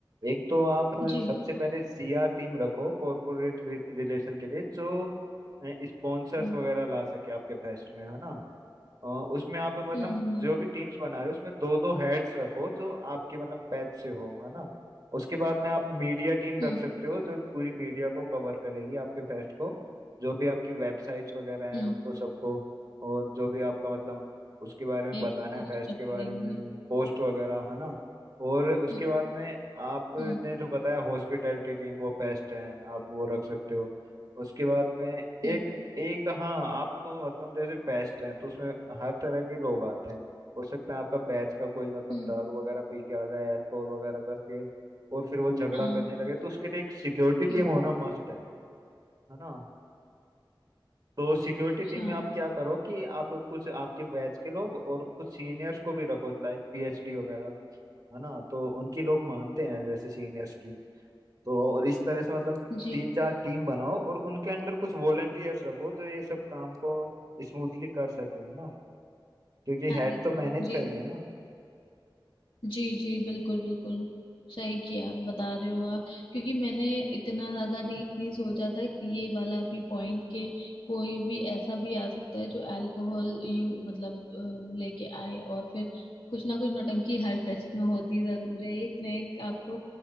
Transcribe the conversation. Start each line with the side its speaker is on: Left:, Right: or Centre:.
Right: एक तो आप
Left: जी
Right: सबसे पहले सीआर टीम रखो कॉरपोरेट रिलेशन के लिए जो स्पॉन्सर्स
Left: हम्म,
Right: वगैरह ला सके आपके फेस्ट में है ना अ, उसमें आप मतलब
Left: हम्म
Right: जो भी टीम्स बना रहे हो उसमें दो दो हेड्स रखो जो आपके मतलब बैच से हो है ना उसके बाद में आप मीडिया टीम
Left: हम्म
Right: रख सकते हो जो पूरी मीडिया को कवर करेगी आपके फेस्ट को जो भी आपकी वेबसाइट्स वगैरह
Left: हम्म
Right: हैं उनको सबको और जो भी आपका मतलब उसके बारे में
Left: मैं
Right: बताना
Left: पोस्ट
Right: है फेस्ट
Left: करती
Right: के बारे
Left: रहेंगी
Right: में पोस्ट वगैरह है ना और उसके
Left: हम्म
Right: बाद में आपने
Left: हम्म
Right: जो बताया हॉस्पिटैलिटी टीम वो बेस्ट है आप वो रख सकते हो उसके बाद में एक
Left: हम्म
Right: एक हाँ आप तो मतलब जैसे फेस्ट है तो उसमें हर तरह के लोग आते हैं हो सकता है आपका बैच का कोई मतलब
Left: हम्म
Right: दारू वगैरह पी के आ जाए अल्कोहल वगैरह करके और फिर वो झगड़ा
Left: हाँ
Right: करने लगे तो उसके लिए एक सिक्योरिटी
Left: हम्म।
Right: टीम होना मस्ट है है ना तो सिक्योरिटी
Left: अच्छा
Right: टीम में आप क्या करो कि आप कुछ आपके बैच के लोग और कुछ सीनियर्स को भी रखो लाइक पीएचडी वगैरह है ना तो उनकी लोग मानते हैं जैसे सीनियर्स की तो और इस तरह से मतलब
Left: जी
Right: तीन चार टीम बनाओ और उनके अंडर कुछ वॉलेंटियर्स रखो जो ये सब काम को स्मूथली कर सके है ना क्योंकि
Left: हैंडल
Right: हेड
Left: करें
Right: तो मैनेज
Left: जी
Right: करेंगे ना
Left: जी जी बिल्कुल बिल्कुल सही किया आप बता रहे हो आप क्योंकि मैंने इतना ज्यादा डीप नहीं सोचा था कि ये वाला भी पॉइंट के कोई भी ऐसा भी आ सकता है जो अल्कोहल यू मतलब अ, लेके आए और फिर कुछ ना कुछ नौटंकी हर फेस्ट में होती जरूर है एक ना एक आपको